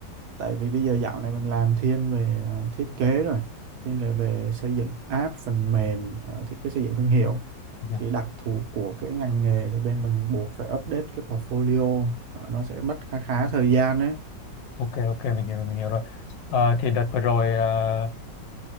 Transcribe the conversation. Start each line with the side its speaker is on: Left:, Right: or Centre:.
Right: tại vì bây giờ dạo này mình làm thiên về ờ, thiết kế rồi thiên về về xây dựng app phần mềm ờ, thiết kế xây dựng thương hiệu
Left: ok,
Right: thì đặc thù của cái ngành nghề thì bên mình buộc phải update cái portfolio Ờ, nó sẽ mất khá khá thời gian đấy
Left: ok, ok, mình hiểu, mình hiểu rồi. Ờ, thì đợt vừa rồi ờ,